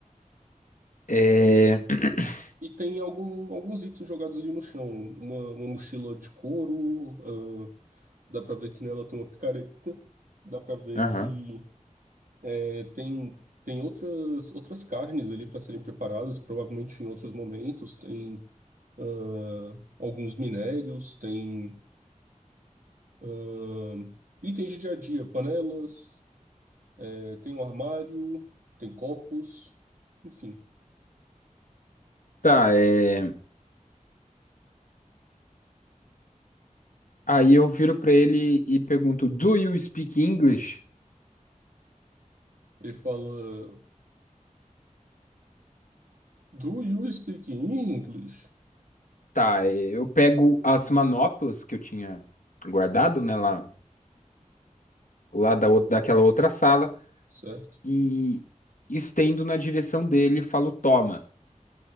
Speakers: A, on the left (about 70°); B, on the right (about 75°).
A: É... <clears throat>
B: E tem algum, alguns itens jogados ali no chão, uma, uma mochila de couro, ahn, dá pra ver que nela tem uma picareta, dá pra ver
A: Aham.
B: que é, tem, tem outras, outras carnes ali para serem preparadas, provavelmente em outros momentos, tem ahn, alguns minérios, tem ahn, itens de dia a dia, panelas É, tem um armário, tem copos, enfim.
A: Tá, é... Aí eu viro pra ele e pergunto, Do you speak English?
B: Ele fala: Do you speak English?
A: Tá, é, eu pego as manoplas que eu tinha guardado, né, lá, lá da outra, daquela outra sala
B: Certo?
A: e estendo na direção dele e falo, toma.